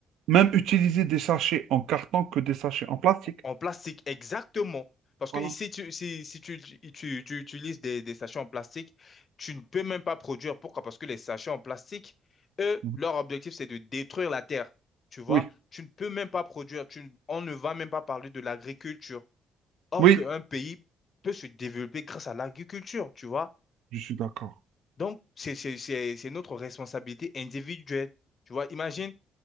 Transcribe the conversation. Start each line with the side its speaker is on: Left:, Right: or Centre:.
Right: même utiliser des sachets en carton que des sachets en plastique.
Left: En plastique, exactement. Parce
Right: Voilà.
Left: que si tu, si, si tu, tu, tu- tu utilises des, des sachets en plastique, tu ne peux même pas produire. Pourquoi? Parce que les sachets en plastique, eux,
Right: Mhm.
Left: leur objectif, c'est de détruire la terre. Tu vois,
Right: Oui,
Left: tu ne peux même pas produire. Tu, ne- on ne va même pas parler de l'agriculture. Or
Right: oui,
Left: qu'un pays peut se développer grâce à l'agriculture, tu vois.
Right: je suis d'accord.
Left: Donc, c'est c'est- c'est- c'est notre responsabilité individuelle. Tu vois, imagine,